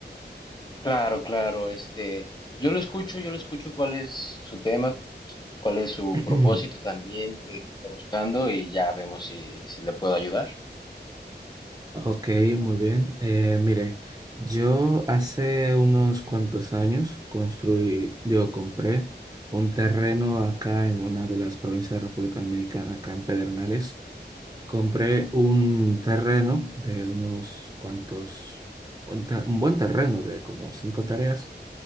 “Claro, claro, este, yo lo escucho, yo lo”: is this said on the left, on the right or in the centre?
Left